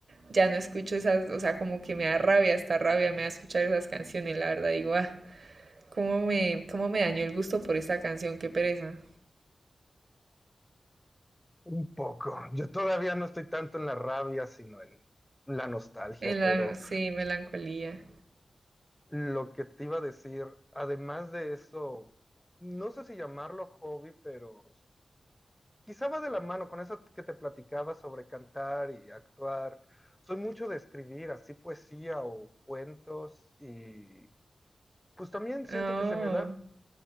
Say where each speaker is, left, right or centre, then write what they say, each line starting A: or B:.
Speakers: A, on the right; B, in the centre.
A: ya no escucho esas, o sea, como que me da rabia, esta rabia me da escuchar esas canciones, la verdad digo, ah, cómo me cómo me dañó el gusto por esta canción, qué pereza.
B: Un poco. Yo todavía no estoy tanto en la rabia, sino en la nostalgia,
A: Melan-
B: pero
A: sí, melancolía.
B: lo que te iba a decir, además de eso, no sé si llamarlo hobby, pero Quizá va de la mano con eso que te platicaba sobre cantar y actuar. Soy mucho de escribir así poesía o cuentos y pues también siento
A: Oh.
B: que se me da